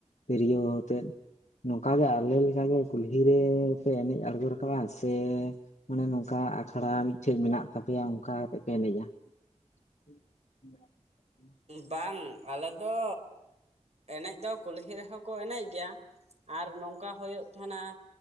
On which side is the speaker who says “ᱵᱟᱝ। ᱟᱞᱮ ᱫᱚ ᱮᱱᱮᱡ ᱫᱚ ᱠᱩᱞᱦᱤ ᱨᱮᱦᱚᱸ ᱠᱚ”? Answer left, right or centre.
Right